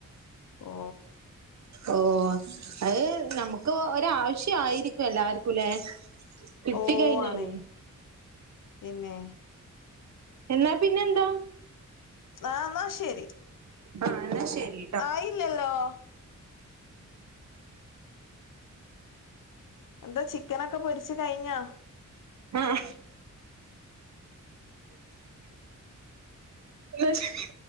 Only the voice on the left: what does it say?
ഓ
ഓ
ആണേ പിന്നെ
ആഹ് ന്നാ ശരി
ആയില്ലല്ലോ എന്താ ചിക്കനൊക്കെ പൊരിച്ച് കഴിഞ്ഞോ